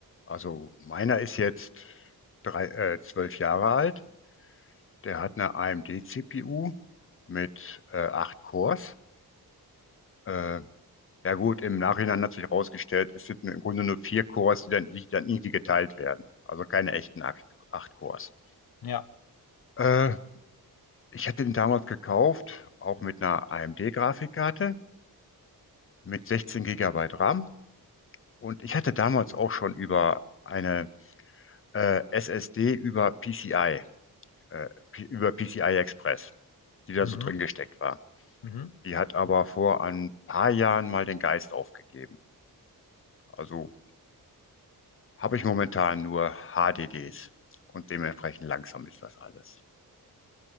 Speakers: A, on the left; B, on the left.
A: Also meiner ist jetzt drei, äh, zwölf Jahre alt. Der hat eine AMD-CPU mit äh, acht Cores. Äh, Ja gut, im Nachhinein hat sich herausgestellt, es sind im Grunde nur vier Cores, die dann, die dann irgendwie geteilt werden. Also keine echten acht, acht Cores.
B: ja.
A: Äh, ich hatte den damals gekauft, auch mit einer AMD-Grafikkarte mit 16 Gigabyte RAM. Und ich hatte damals auch schon über eine äh, SSD über PCI, äh, P- über PCI Express, die da
B: Mhm.
A: so drin gesteckt war.
B: Mhm.
A: Die hat aber vor ein paar Jahren mal den Geist aufgegeben. Also Habe ich momentan nur HDDs und dementsprechend langsam ist das alles.